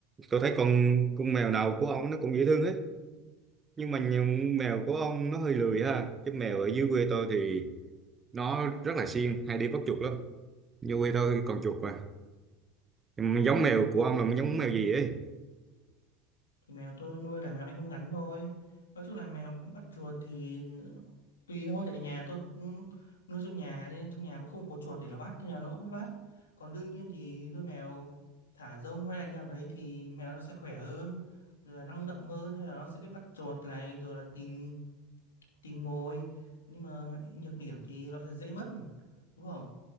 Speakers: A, on the right (about 25°); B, on the left (about 85°).
A: tôi thấy con con mèo nào của ông nó cũng dễ thương hết nhưng mà nhiều- mèo của ông nó hơi lười ha cái mèo ở dưới quê tôi thì nó rất là siêng hay đi bắt chuột lắm dưới quê tôi còn chuột mà Nhưng mà giống mèo của ông là giống mèo gì ấy
B: thì mèo tôi nuôi là mèo Anh Công ngắn thôi nói chung là mèo bắt chuột thì tùy thôi tại nhà tôi cũng nuôi trong nhà nên trong nhà cũng không có chuột để nó bắt nên là nó cũng không biết bắt còn đương nhiên thì nuôi mèo thả rông hay là như nào đấy thì mèo nó sẽ khỏe hơn rồi là năng động hơn hay là nó sẽ biết bắt chuột này rồi là tìm tìm mồi nhưng mà nhược điểm thì nó dễ mất đúng không